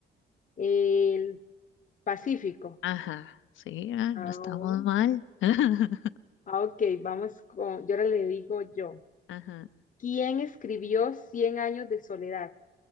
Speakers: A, on the left; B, on the left.
A: El Pacífico.
B: Ajá, sí, ah, no
A: Ah,
B: estamos
A: oh,
B: mal. <laughs>
A: ah, ok, vamos con, yo ahora le digo yo.
B: Ajá.
A: ¿Quién escribió Cien años de soledad?